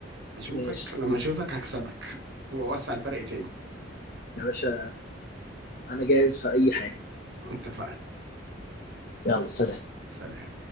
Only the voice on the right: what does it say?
اشوفك
لما اشوفك هكسبك واوسع الفرق تاني
اتفقنا
سلام